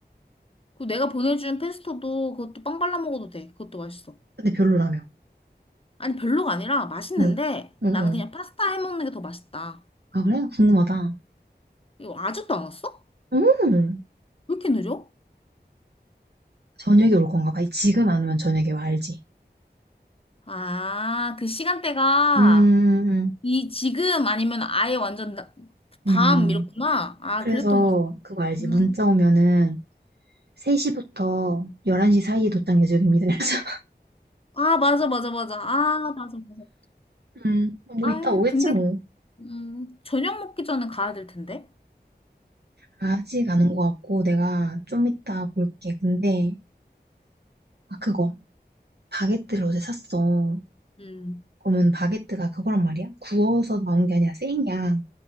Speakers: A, on the left (about 30°); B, on the right (about 70°).
A: 그 내가 보내준 페스토도 그것도 빵 발라 먹어도 돼. 그것도 맛있어.
B: 근데 별로라며.
A: 아니, 별로가 아니라 맛있는데
B: 응. 응,
A: 나는
B: 응.
A: 그냥 파스타 해 먹는 게 더 맛있다.
B: 아, 그래? 궁금하다.
A: 이거 아직도 안 왔어?
B: 음.
A: 왜 이렇게 느려?
B: 저녁에 올 건가 봐. 지금 안 오면 저녁에 와, 알지?
A: 아, 그 시간대가
B: 음, 음.
A: 이 지금 아니면 아예 완전 나- 밤
B: 음.
A: 이렇구나. 아,
B: 그래서
A: 그랬던 것 같아.
B: 그거 알지?
A: 음.
B: 문자 오면은 3시부터 11시 사이에 도착 예정입니다. <laughs> 이래서
A: 아, 맞아, 맞아, 맞아. 아, 맞아, 맞아.
B: 음, 뭐
A: 아,
B: 이따 오겠지
A: 근데
B: 뭐.
A: 음, 저녁 먹기 전에 가야 될 텐데.
B: 아직 안 온 것 같고 내가 좀 이따 볼게. 근데 아 그거 바게트를 어제 샀어.
A: 음.
B: 그러면 바게트가 그거란 말이야? 구워서 나온 게 아니라 생이야.